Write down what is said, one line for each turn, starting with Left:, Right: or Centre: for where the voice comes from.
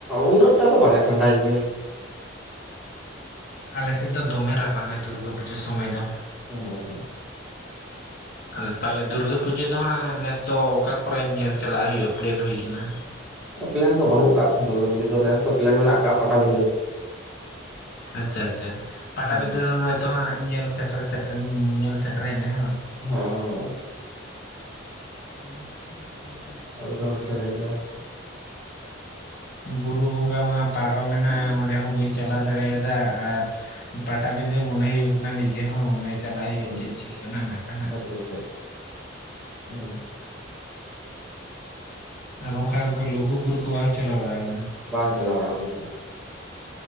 Centre: ᱩᱱᱟᱹᱜ ᱴᱟ ᱫᱚ ᱵᱟᱝᱟ ᱴᱷᱟᱱᱰᱟᱭ ᱜᱮᱭᱟ ᱾
Left: ᱟᱞᱮ ᱥᱮᱫ ᱫᱚ ᱫᱚᱢᱮ ᱨᱟᱵᱟᱝᱟᱭ ᱫᱩᱨᱜᱟᱹ ᱯᱩᱡᱟᱹ ᱥᱚᱢᱚᱭ ᱫᱚ᱾
Centre: ᱚ
Left: ᱟᱫᱚ ᱛᱟᱦᱚᱞᱮ ᱫᱩᱨᱜᱟᱹ ᱯᱩᱡᱟᱹ ᱫᱚ ᱦᱟᱸᱜ ᱱᱮᱥ ᱫᱚ ᱚᱠᱟ ᱠᱚᱨᱮ ᱧᱮᱞ ᱪᱟᱞᱟᱜ ᱦᱩᱭᱩᱜᱼᱟ ᱯᱞᱮᱱ ᱦᱩᱭ ᱠᱟᱱᱟ?
Centre: ᱯᱞᱮᱱ ᱫᱚ ᱵᱟᱹᱱᱩᱜ ᱟᱠᱟᱫ ᱠᱷᱟᱱ ᱫᱩᱨᱵᱤ ᱯᱩᱡᱟᱹ ᱫᱚ ᱱᱮᱥ ᱫᱚ ᱯᱞᱮᱱ ᱢᱮᱱᱟᱜ ᱟᱠᱟᱫ ᱯᱟᱴᱟ ᱵᱤᱸᱫᱟᱹ᱾
Left: ᱟᱪᱪᱷᱟ ᱟᱪᱪᱷᱟ ᱯᱟᱴᱟ
Centre: ᱦᱩᱸ
Left: ᱵᱤᱫᱷᱹᱼᱼ ᱛᱚ ᱦᱟᱸᱜ ᱧᱮᱞ ᱥᱮᱴᱮᱨ ᱥᱮᱴᱮᱨ ᱧᱮᱞ ᱥᱮᱴᱮᱨᱱᱟ ᱦᱮᱸ ᱵᱟᱝ?
Centre: ᱦᱸᱻ
Left: ᱟ <unintelligible>
Centre: <unintelligible> ᱫᱟ
Left: ᱵᱩᱨᱩ ᱵᱚᱸᱜᱟ ᱢᱟ ᱯᱟᱨᱚᱢᱮᱱᱟ ᱚᱸᱰᱮ ᱦᱚᱸ ᱵᱟᱹᱧ ᱪᱟᱞᱟᱣ ᱫᱟᱲᱮ ᱭᱟᱫᱟ ᱟᱨᱼᱼ ᱯᱟᱴᱟᱵᱤᱸᱫᱮ ᱢᱚᱱᱮ ᱦᱩᱭᱩᱜ ᱠᱟᱱᱟ ᱱᱤᱡᱮ ᱦᱚᱸ ᱚᱸᱰᱮ ᱪᱟᱞᱟᱜ ᱦᱩᱭᱩᱜᱼᱟ
Centre: ᱦᱩᱸ
Left: ᱪᱮᱫ ᱪᱤᱠᱟᱹᱜ ᱠᱟᱱᱟ ᱠᱷᱱᱟᱜ᱾
Centre: ᱟᱪᱪᱷᱟ, ᱦᱮᱸ
Left: ᱟᱨ ᱚᱱᱠᱟ ᱞᱩᱜᱩᱵᱩᱨᱩ ᱠᱚ ᱵᱟᱝ ᱪᱟᱞᱟᱣ ᱵᱟᱲᱟ ᱟᱠᱟᱱᱟ?
Centre: ᱵᱟᱝ ᱪᱟᱞᱟᱣ ᱵᱟᱲᱟᱜᱼᱟ ᱦᱩᱭ ᱟᱠᱟᱱᱟ᱾